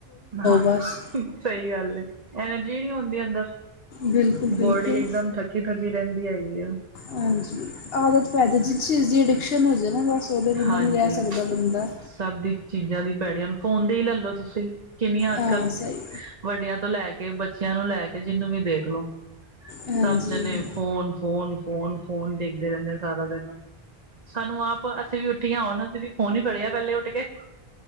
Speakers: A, on the right (about 40°); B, on the left (about 70°).
A: ਹ
B: ਬਸ
A: ਸਈ ਗੱਲ ਏ ਐਨਰਜੀ ਨੀ ਹੋਂਦੀ ਅੰਦਰ।
B: ਬਿਲਕੁਲ ਬਿਲਕੁਲ
A: ਬੋਡੀ ਇੱਕਦਮ ਥੱਕੀ-ਥੱਕੀ ਰੈਂਦੀ ਹੈਗੀ ਏ।
B: ਹਾਂਜੀ ਆਦਤ ਪੈ ਜੇ ਜਿਸ ਚੀਜ਼ ਦੀ ਅਡਿਕਸ਼ਨ ਹੋ ਜੇ ਨਾ ਬਸ ਉਹਦੇ ਬਿਨਾਂ
A: ਹਾਂਜੀ
B: ਨਹੀਂ ਰਹਿ ਸਕਦਾ ਬੰਦਾ
A: ਸਬ ਦੀ ਚੀਜ਼ਾਂ ਦੀ ਪੈੜੀਆਂ ਨੂੰ ਫੋਨ ਦੀ ਈ ਲੈਲੋ ਤੁਸੀਂ। ਕਿੰਨੀਆਂ ਆੱਜ
B: ਹਾਂ
A: ਕੱਲ
B: ਸਹੀ
A: ਵੱਡਿਆਂ ਤੋਂ ਲੈ ਕੇ ਬੱਚੀਆਂ ਨੂੰ ਲੈ ਕੇ ਜਿਨੂੰ ਵੀ ਦੇਖਲੋ
B: ਹਾਂਜੀ
A: ਸਬ ਜਨੇ ਫੋਨ ਫੋਨ ਫੋਨ। ਫੋਨ ਦੇਖਦੇ ਰੈਂਦੇ ਸਾਰਾ ਦਿਨ ਸਾਨੂੰ ਆ ਪ ਅਸੀਂ ਵੀ ਉੱਠੀਆਂ ਹੁਨ ਅਸੀਂ ਵੀ ਫੋਨ ਈ ਫੜਿਆ ਪੈਲੇ ਉੱਠ ਕੇ।